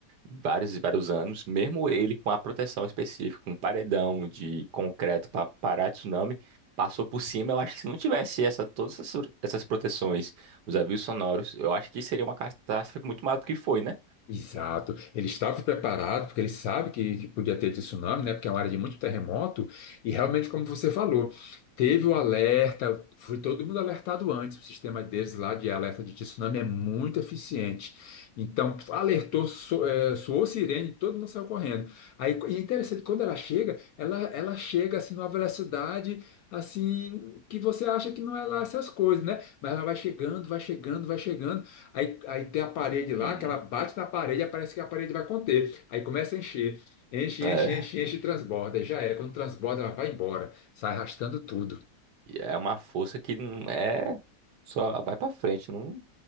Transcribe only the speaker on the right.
vários e vários anos. Mesmo ele com a proteção específica, com um paredão de concreto para parar tsunami passou por cima. Eu acho que se não tivesse essa, todas essas, essas proteções, os avisos sonoros, eu acho que seria uma catástrofe muito maior do que foi, né?
Uhum.
É,
e é uma força que não é só vai pra frente, não